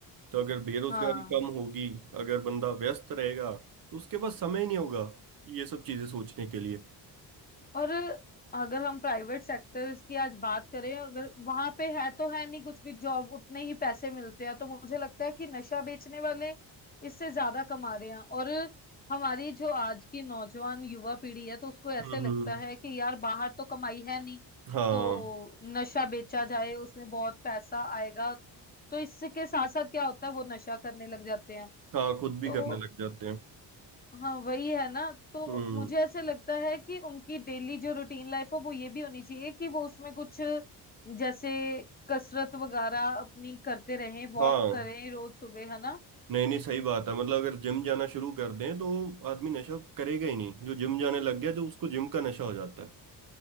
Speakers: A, on the right (about 50°); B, on the left (about 20°).
A: तो अगर बेरोजगारी
B: हाँ
A: कम होगी अगर बंदा व्यस्त रहेगा तो उसके पास समय नहीं होगा ये सब चीजें सोचने के लिए
B: और अगर हम प्राइवेट सेक्टर्स की आज बात करें अगर वहां पे है तो है नहीं कुछ भी जॉब उतने ही पैसे मिलते हैं तो मुझे लगता है कि नशा बेचने वाले इससे ज्यादा कमा रहे हैं और हमारी जो आज की नौजवान युवा पीढ़ी है तो उसको ऐसे
A: हम्म
B: लगता
A: हम्म,
B: है कि यार बाहर तो कमाई है नहीं
A: हाँ
B: तो नशा बेचा जाए उसमें बहुत पैसा आएगा तो इसके साथ साथ क्या होता है वो नशा करने लग जाते हैं
A: हाँ खुद भी
B: तो
A: करने लग जाते हैं
B: हाँ वही है ना तो
A: हम्म
B: मुझे ऐसे लगता है कि उनकी डेली जो रूटीन लाइफ हो वो ये भी होनी चाहिए कि वो उसमें कुछ जैसे कसरत वगैरह अपनी करते रहें वॉक
A: हाँ
B: करें रोज सुबह है ना
A: नहीं नहीं सही बात है मतलब अगर जिम जाना शुरू कर दें तो आदमी नशा करेगा ही नहीं जो जिम जाने लग गया जो उसको जिम का नशा हो जाता है